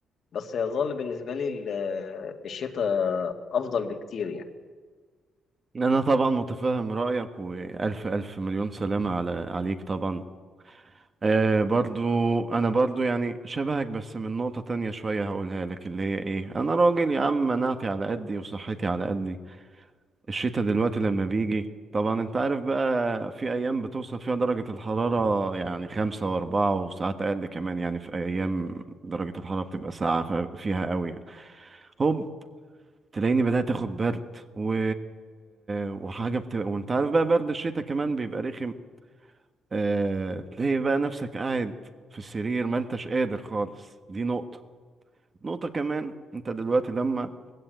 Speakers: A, on the left (about 60°); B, on the right (about 35°).
A: بس يظل بالنسبة لي ال- الشتاء أفضل بكتير يعني
B: انا طبعا متفهم رايك والف الف مليون سلامه على عليك طبعا آه برضو انا برضو يعني شبهك بس من نقطه تانية شويه هقولها لك اللي هي ايه انا راجل يا عم مناعتي على قدي وصحتي على قدي الشتا دلوقتي لما بيجي طبعا انت عارف بقى في ايام بتوصل فيها درجه الحراره يعني خمسة واربعة وساعات اقل كمان يعني في ايام درجه الحراره بتبقى ساقعه ف- فيها قوي يعني. هوب تلاقيني بدأت اخد برد و... وحاجة بتبقى وانت عارف بقى برد الشتاء كمان بيبقى رخم آه... تلاقي بقى نفسك قاعد في السرير ما انتش قادر خالص دي نقطة نقطة كمان انت دلوقتي لما